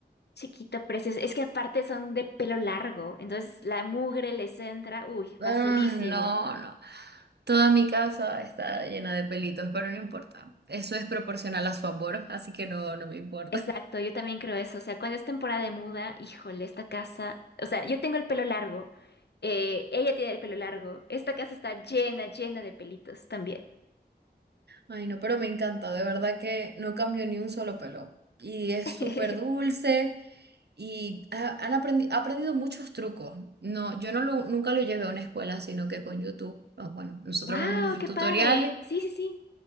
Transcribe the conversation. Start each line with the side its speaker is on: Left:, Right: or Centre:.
Left: Chiquito, precioso. Es que aparte son de pelo largo, entonces la mugre les entra, uy,
Right: Ah,
Left: facilísimo.
Right: no, no. Toda mi casa está llena de pelitos, pero no importa. Eso es proporcional a su amor, así que no, no me importa.
Left: Exacto, yo también creo eso. O sea, cuando es temporada de muda, híjole, esta casa. O sea, yo tengo el pelo largo. eh, ella tiene el pelo largo. Esta casa está llena, llena de pelitos también.
Right: Ay, no, pero me encanta, de verdad que no cambió ni un solo pelo. Y es
Left: <laughs>
Right: súper dulce y ha- han aprendi- ha aprendido muchos trucos. No, yo no lo, nunca lo llevé a una escuela, sino que con YouTube. pues, bueno, nosotros
Left: ¡Wow!
Right: vemos nuestros
Left: ¡Qué
Right: tutoriales.
Left: padre! Sí, sí, sí.